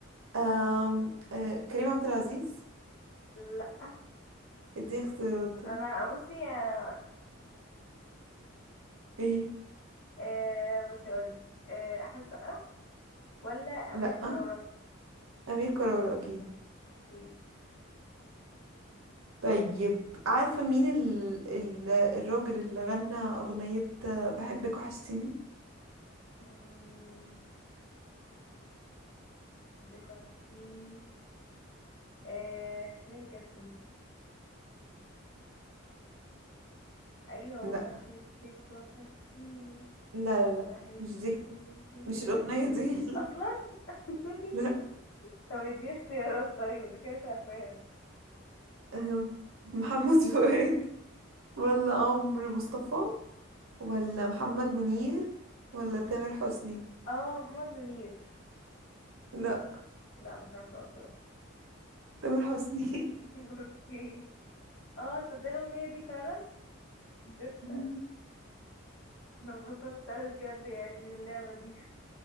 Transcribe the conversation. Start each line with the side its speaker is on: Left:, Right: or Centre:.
Right: أم... آه... كريم عبد العزيز
Left: لأ
Right: اديني اختيارات طيب
Left: أنا بصي <laughs> آه،
Right: ايه
Left: آه، بصي أقولك آه، أحمد سقا ولا أمير
Right: لا
Left: كرارة؟
Right: امير كرارة اكيد
Left: اوكي
Right: طيب عارفة مين ال... ال... الراجل اللي غنى اغنية آه، بحبك وحشتيني
Left: مم، بك وحشتيني آه، حسين الجسمي أيوة
Right: لا
Left: وبحبك وحشتيني
Right: لا لا لا
Left: بحبك
Right: مش دي
Left: وانتي مرعي
Right: مش الاغنية دي <laughs>
Left: أصلا <laughs>
Right: لا
Left: طب اديني اختيارات طيب ده كده مش عارفاها
Right: أم، محمد فؤاد ولا عمرو مصطفى ولا محمد منير ولا تامر حسني
Left: اه محمد منير
Right: لا
Left: لا مش عارفة بصراحة
Right: تامر حسني
Left: <laughs> اوكي اه تصدق الأغنية دي فعلا نسيتها
Right: <laughs>
Left: انا انبسطت اوي بجد يعني باللعبة دي